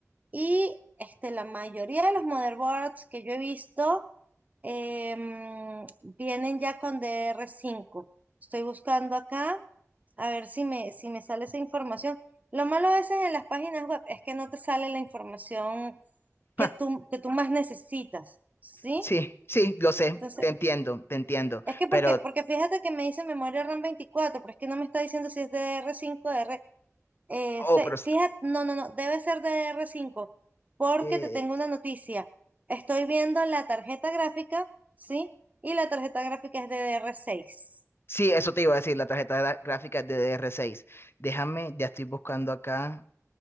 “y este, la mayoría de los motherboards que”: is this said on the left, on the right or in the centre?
Right